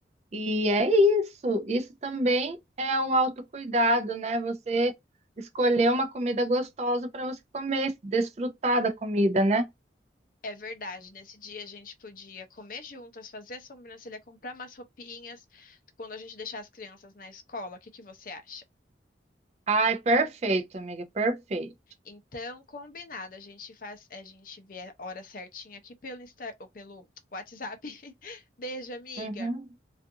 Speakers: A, on the right; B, on the left.
A: E é isso. Isso também é um autocuidado, né? Você escolher uma comida gostosa para você comer, desfrutar da comida, né?
B: É verdade, nesse dia a gente podia comer juntas, fazer a sobrancelha, comprar umas roupinhas, quando a gente deixar as crianças na escola, o que que você acha?
A: Ai, perfeito, amiga, perfeito.
B: Então, combinado, a gente faz, a gente vê a hora certinha aqui pelo Insta, ou pelo WhatsApp. <laughs> Beijo, amiga.
A: Uhum.